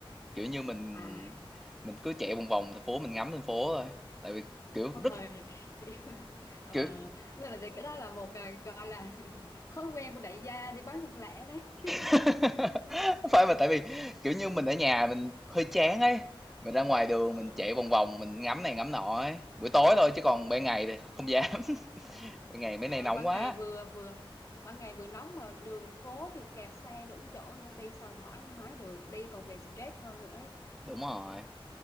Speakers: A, in the centre; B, on the left.
A: kiểu như mình
B: À, <laughs>
A: mình cứ chạy vòng vòng thành phố mình ngắm thành phố thôi tại vì kiểu
B: ông
A: rất
B: ơi, kiểu, <laughs> ờ,
A: kiểu
B: cái đó là cái đó là một ờ, gọi là <laughs> thói quen của đại gia đi bán thân lẻ đấy. <laughs>
A: <laughs> phải mà tại vì kiểu như mình ở nhà mình hơi chán ấy mình ra ngoài đường
B: ừ,
A: mình chạy vòng vòng mình ngắm này ngắm nọ ấy buổi tối thôi chứ còn ban
B: ừ.
A: ngày thì không dám <laughs> ban ngày mấy
B: Ờ,
A: nay nóng
B: ban
A: quá
B: ngày vừa vừa ban ngày vừa nóng mà đường phố thì kẹt xe đủ chỗ nữa đi sao hỏi mái được đi còn về stress hơn nữa ấy.
A: đúng rồi